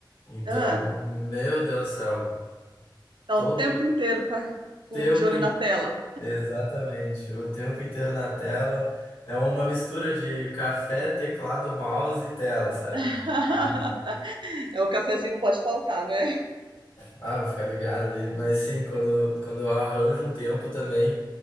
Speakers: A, on the left (about 75°); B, on the right (about 75°).
A: Então,
B: Ah,
A: meu Deus do céu,
B: tá
A: todo
B: o tempo
A: o
B: inteiro com a- com-
A: tempo,
B: de olho
A: in-
B: na tela.
A: exatamente, o tempo inteiro na tela é uma mistura de café, teclado, mouse e tela, sabe?
B: <laughs>
A: Ah,
B: É o cafezinho não pode faltar, né?
A: ah, vai ficar ligado ali. Mas sim, quando, quando eu arranjo um tempo também.